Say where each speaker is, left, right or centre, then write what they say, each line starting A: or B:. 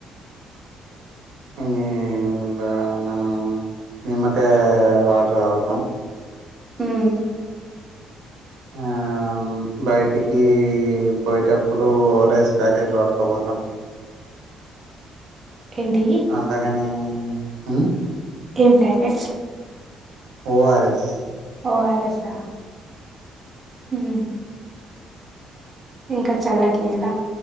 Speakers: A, on the right; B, on the right.
A: ఇన్ని ఇగ మనం నిమ్మకాయ వాటర్ తాగుతం.
B: మ్మ్
A: ఆ బయటికి పోయేటప్పుడు ఓ ర ఎస్ ప్యాకెట్లు వాట్టుకోబోతాం.
B: ఏంటి
A: అలా గాని హ్మ్మ్ హ్మ్మ్
B: ఏం packets
A: O R S
B: ORS ఆ ఉమ్ ఇంకా చల్లటి నీళ్ల